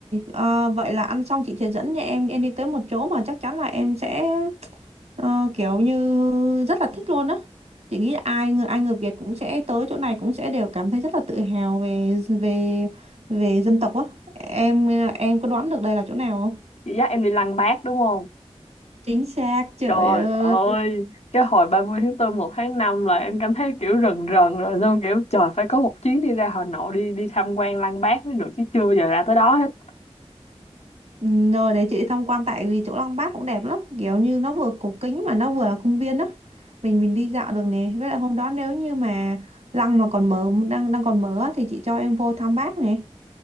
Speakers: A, on the right; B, on the left.
A: Ờ, vậy là ăn xong chị sẽ dẫn nhà em em đi tới một chỗ mà chắc chắn là em sẽ ờ, kiểu như rất là thích luôn á. Chị nghĩ là ai người ai người Việt cũng sẽ tới chỗ này cũng sẽ đều cảm thấy rất là tự hào về về về dân tộc á. Em em có đoán được đây là chỗ nào không?
B: Chị dắt em đi Lăng Bác đúng không?
A: Chính xác, trời
B: Trời
A: ơi.
B: ơi, cái hồi ba mươi tháng tư một tháng 5 là em cảm thấy kiểu rần rần rồi Xong kiểu trời phải có một chuyến đi ra Hà Nội đi đi tham quan Lăng Bác mới được chứ chưa bao giờ ra tới đó hết
A: Ừ, rồi đấy chị đi tham quan tại vì chỗ Lăng Bác cũng đẹp lắm kiểu như nó vừa cổ kính mà nó vừa là công viên đó mình mình đi dạo được nè với lại hôm đó nếu như mà Lăng mà còn mở đang đang còn mở á, thì chị cho em vô thăm bác nè